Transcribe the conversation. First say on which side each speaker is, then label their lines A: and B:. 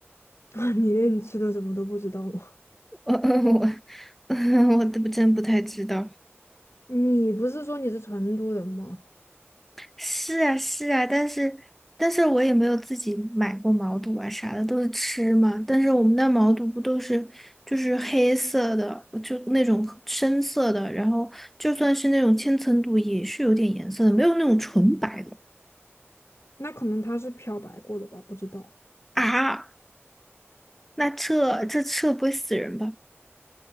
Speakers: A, on the left; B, in the centre.
A: 啊。你连你吃的什么都不知道吗？
B: 我 <laughs> 我 <laughs> 我都真不太知道。
A: <laughs> 你不是说你是成都人吗？
B: 是啊，是啊，但是但是我也没有自己买过毛肚啊啥的，都是吃嘛。但是我们那毛肚不都是就是黑色的，就那种深色的，然后就算是那种千层肚也是有点颜色的，没有那种纯白的。
A: 那可能他是漂白过的吧，不知道。
B: 啊，那这这这不会死人吧？